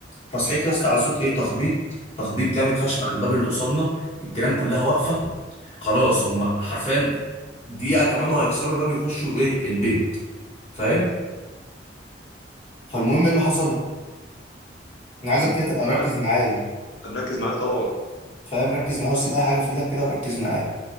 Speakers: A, on the left; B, on the left.
A: فصحيت يا اسطى على صوت ايه تخبيط تخبيط جامد فشخ على الباب اللي قصادنا الجيران كلها واقفه خلاص هم حرفيا دقيقه كمان وهيكسروا الباب يخشوا ايه البيت فاهم فالمهم ايه اللي حصل انا عايزك
B: أمم.
A: كده تبقى مركز
B: معاك
A: معايا
B: أنا مركز معاك طبعا
A: فاهم ركز معايا وسيب اي حاجه في ايدك كده وركز معايا